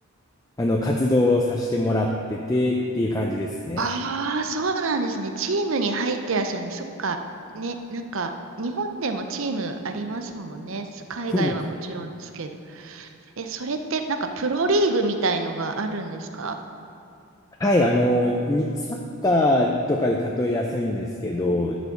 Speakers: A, on the left; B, on the right.
A: あの、活動をさせてもらっててっていう感じですね。
B: ああ、そうなんですね。チームに入ってらっしゃるね。そっか。ね、なんか、日本でもチームありますもんね。す海外はもちろんですけど。
A: そうです。
B: え、それって、なんか、プロリーグみたいのがあるんですか
A: はい、あの、に、サッカーとかで例えやすいんですけど、